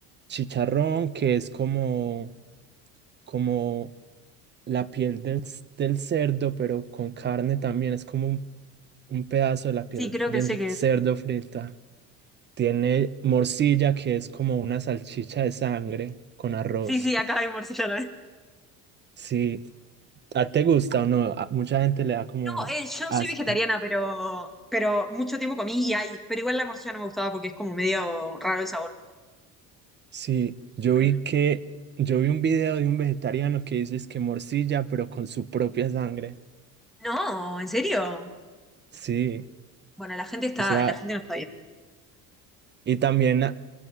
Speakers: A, on the right; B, in the centre.
A: chicharrón, que es como, como la piel del, c- del cerdo, pero con carne también. Es como un, un pedazo de la piel
B: Sí, creo
A: del
B: que sé qué
A: cerdo
B: es.
A: frita. Tiene morcilla, que es como una salchicha de sangre con arroz.
B: Sí, sí, acá hay morcilla también.
A: Sí, ¿a te gusta o no? A mucha gente le da como
B: No, eh, yo
A: asco.
B: soy vegetariana, pero, pero mucho tiempo comí y hay, pero igual la morcilla no me gustaba porque es como medio raro el sabor.
A: Sí, yo
B: Pero-
A: vi que, yo vi un video de un vegetariano que dice es que morcilla, pero con su propia sangre.
B: no, ¿en serio?
A: Sí,
B: Bueno, la gente está,
A: o sea,
B: la gente no está bien.
A: y también ha-